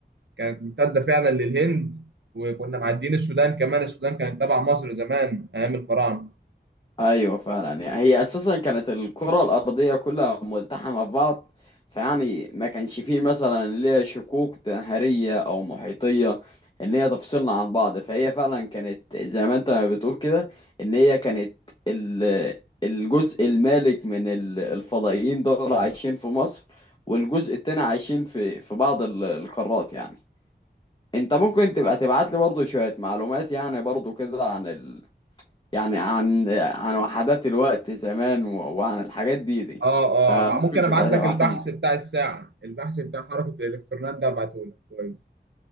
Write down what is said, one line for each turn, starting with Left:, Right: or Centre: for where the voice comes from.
Right: كانت ممتدة فعلا للهند وكنا معديين السودان كمان السودان كانت تبع مصر زمان أيام الفراعنة
Left: ايوه فعلا يعني هي اساسا كانت الكره الارضيه كلها ملتحمه ببعض فيعني ما كانش فيه مثلا اللي هي شقوق نهريه او محيطيه ان هي تفصلنا عن بعض فهي فعلا كانت زي ما انت ما بتقول كده ان هي كانت ال- الجزء المالك من ال- الفضائيين دول عايشين في مصر والجزء التاني عايشين في في بعض ال- القارات يعني انت ممكن تبقى تبعت لي برضه شويه معلومات يعني برضه كده عن يعني عن عن وحدات الوقت زمان و... وعن الحاجات دي دي
Right: اه
Left: فممكن
Right: اه مع- ممكن ابعت
Left: تبقى تبعتهم
Right: لك البحث
Left: لي
Right: بتاع الساعة البحث بتاع حركة الالكترونات ده ابعته لك كويس